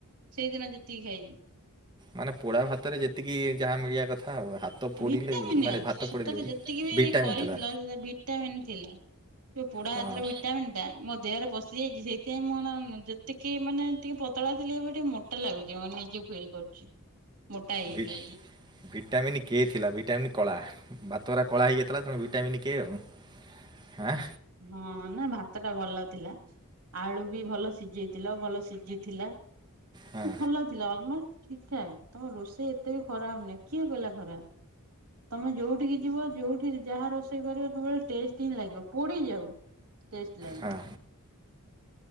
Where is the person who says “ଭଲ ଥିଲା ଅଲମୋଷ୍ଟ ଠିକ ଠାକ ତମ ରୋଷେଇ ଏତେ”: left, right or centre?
Right